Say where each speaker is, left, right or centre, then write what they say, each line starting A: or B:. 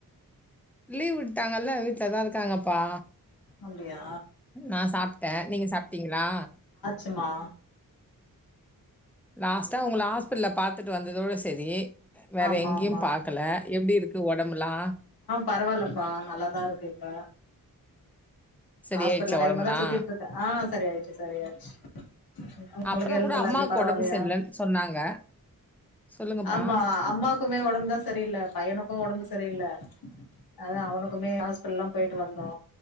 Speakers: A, in the centre; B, on the left.
A: லீவுட் ட்டாங்கல்லா வீட்ல தா இருக்காங்கப்பா
B: அப்டியா
A: நா சாப்பிட்டே நீங்க சாப்ட்டீங்களா
B: பசங்ளா
A: லாஸ்ட்டா உங்கள ஹாஸ்பிடல்ல பாத்துட்டு வந்ததோட சரி வேற
B: ஆமா
A: எங்கயு
B: ஆமா
A: பாக்கல எப்டி இருக்கு ஒடம்புலா
B: பரவால்லப்பா நல்லாதா இருக்கு இப்ப
A: சரியாயிடுச்சா
B: ஹாஸ்பிடல் கையுமா
A: உடம்புலாம்?
B: தா சுத்திட்டு இருக்க ஆ சரி ஆயிச்சி சரி ஆயிச்சி இப்போ உங்களுக்கு
A: அப்புறம்
B: ஹெல்த்ல்லா
A: கூட அம்மாவுக்கு
B: எப்டி பரவால்லயா
A: உடம்பு சரியில்லன்னு சொன்னாங்க. சொல்லுங்கப்பா.
B: ஆமா அம்மாக்குமே ஒடம்பு தா சரியில்ல பையனுக்கு ஒடம்பு சரியில்ல அதா அவனுக்குமே ஹாஸ்பிடல்லா போயிட்டு வந்தோ